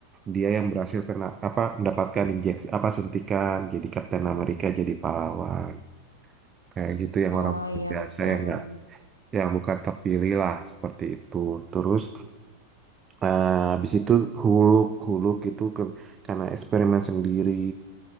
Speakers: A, on the right (about 25°); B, on the left (about 80°).
A: dia yang berhasil kena apa mendapatkan injeksi apa suntikan jadi Kapten Amerika jadi pahlawan kayak gitu yang orang
B: Oh iya
A: biasa
B: betul.
A: yang nggak yang bukan terpilih lah seperti itu terus eh, habis itu Huluk Huluk itu ke- karena eksperimen sendiri